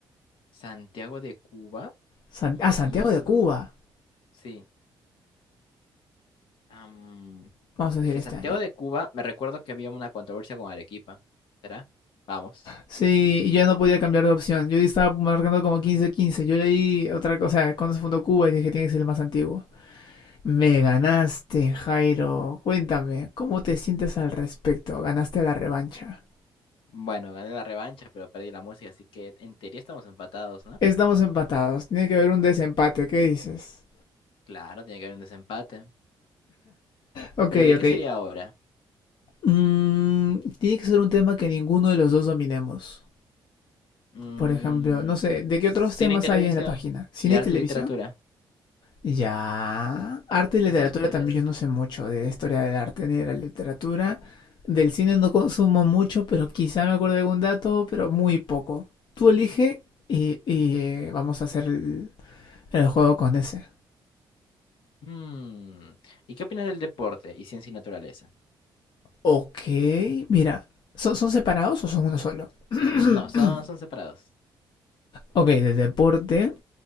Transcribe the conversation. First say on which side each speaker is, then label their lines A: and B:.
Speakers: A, on the left (about 75°); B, on the left (about 60°).
A: Santiago de Cuba.
B: San-
A: ¿Y
B: ah, Santiago
A: y eso?
B: de Cuba.
A: Sí. Am,
B: Vamos a decir
A: es que
B: este
A: Santiago
B: año.
A: de Cuba, me recuerdo que había una controversia con Arequipa. ¿Será? Vamos.
B: Sí, y yo no podía cambiar de opción. Yo estaba marcando como quince quince. Yo leí otra cosa, cuando se fundó Cuba y dije, tiene que ser el más antiguo. Me ganaste, Jairo. Cuéntame, ¿cómo te sientes al respecto? Ganaste la revancha.
A: Bueno, gané la revancha, pero perdí la música, así que en teoría estamos empatados, ¿no?
B: Estamos empatados. Tiene que haber un desempate. ¿Qué dices?
A: Claro, tiene que haber un desempate.
B: Ok,
A: ¿Pero de
B: ok.
A: qué sería ahora?
B: Mm, tiene que ser un tema que ninguno de los dos dominemos.
A: Mm,
B: Por ejemplo, no sé, ¿de qué
A: cine
B: otros temas
A: y televisión
B: hay en la página? ¿Cine
A: y arte
B: y televisión?
A: y literatura.
B: Ya. Arte y literatura
A: Esos podrías.
B: también yo no sé mucho de historia del arte ni de la literatura. Del cine no consumo mucho, pero quizá me acuerdo de algún dato, pero muy poco. Tú elige y, y, eh, vamos a hacer el, el juego con ese.
A: Mm, ¿Y qué opinas del deporte y ciencia y naturaleza?
B: Ok, mira. ¿Son, son separados o son uno solo? <clears throat>
A: No, son, son separados.
B: Ok, de deporte.